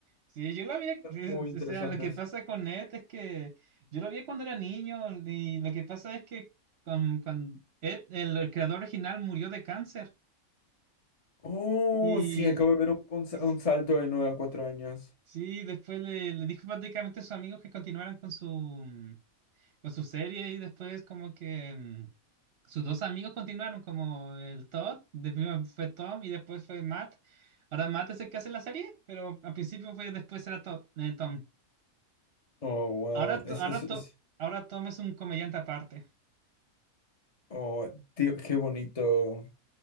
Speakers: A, on the right; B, on the left.
A: Sí, yo lo vi,
B: muy interesantes.
A: o sea, lo que pasa con Ed es que yo lo vi cuando era niño y lo que pasa es que con, con Ed, el, el creador original murió de cáncer
B: Oh,
A: y,
B: sí, acabo de ver un, un sa-
A: y s-
B: un salto de 9 a 4 años.
A: sí, después le, le dijo prácticamente a sus amigos que continuaran con su, con su serie y después como que... mm, Sus dos amigos continuaron, como el Todd, de primero fue Tom y después fue Matt. Ahora Matt es el que hace la serie, pero al principio fue después era Todd, eh, Tom.
B: Oh, wow.
A: Ahora,
B: Es,
A: To- ahora,
B: es, es-
A: To- ahora Tom es un comediante aparte.
B: oh, tío, qué bonito.